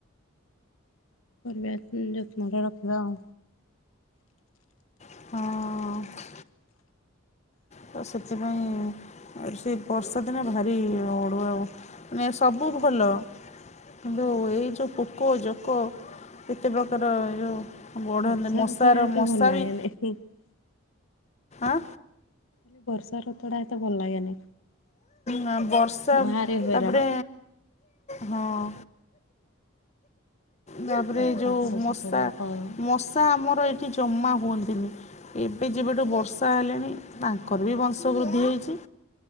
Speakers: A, on the left; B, on the left.
A: କରିବା ଯତ୍ନରେ ରଖିବା ଆଉ।
B: ହଁ ତ ସେଥିପାଇଁ ସେ ବର୍ଷା ଦିନେ ଭାରି ଅଡ଼ୁଆ ଆଉ। ମାନେ ସବୁ ଭଲ। କିନ୍ତୁ ଏଇ ଯୋଉ ପୋକ ଜୋକ କେତେ ପ୍ରକାର ଏଯୋଉ ବଢ଼ନ୍ତି
A: ବର୍ଷା
B: ମଶାର
A: ଋତୁଟା ଏତେ
B: ମଶା
A: ଭଲ ଲାଗେନି।
B: ବି,
A: ଖାଲି
B: ଆଁ
A: <unintelligible> ବର୍ଷା ଋତୁ ଟା ଏତେ ଭଲ୍ ଲାଗେନି।
B: ନାଁ ବର୍ଷା
A: ଭାରି ହଇରାଣ।
B: ତାପରେ ହଁ। ତାପରେ
A: ଲୁଗାପଟା
B: ଏଯୋଉ
A: କୁଆଡେ ଶୁଖେଇବା
B: ମଶା-ମଶା
A: କଣ
B: ଆମର ଏ କି ଜମା ହୁଅନ୍ତିନି, ଏବେ ଯେବେଠୁ ବର୍ଷା ହେଲାଣି ତାଙ୍କର ବି ବଂଶ ବୃଦ୍ଧି ହେଇଚି,